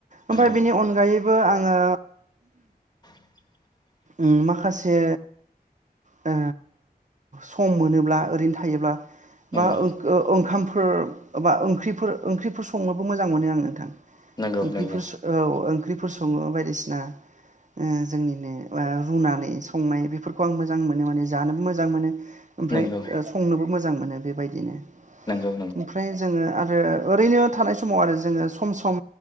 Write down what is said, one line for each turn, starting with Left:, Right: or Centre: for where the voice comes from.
Left: नंगौ
Right: ओमफ्राय बेनि अनगायैबो आङो
Left: <inaudible>
Right: ओम माखासे ओ सम मोनोब्ला ओरैनो थायोब्ला
Left: नंगौ
Right: बा ओ ओ ओंखामफोर बा ओंख्रिफोर ओंख्रिफोर संनोबो मोजां मोनो आं नोंथां।
Left: नंगौ
Right: ओंख्रिफोर
Left: नंगौ
Right: स औ ओंख्रिफोर स सङो बायदिसिना ओ जोंनिनो ओ रुनानै संनाय बेफोरखौ आं मोजां मोनो माने जानोबो मोजां मोनो ओमफ्राय
Left: नंगौ
Right: संनोबो मोजां मोनो बेबायदिनो।
Left: नंगौ
Right: ओमफ्राय जोङो आरो ओरैनो थानाय समाव आरो जोङो सम सम